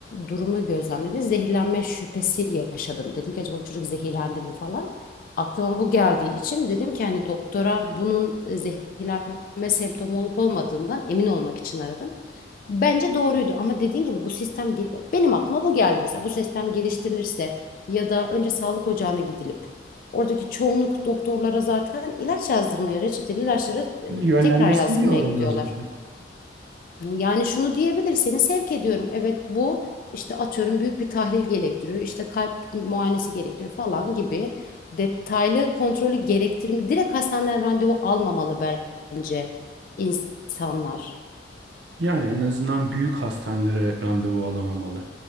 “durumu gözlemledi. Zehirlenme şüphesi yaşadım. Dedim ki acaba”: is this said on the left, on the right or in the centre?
Left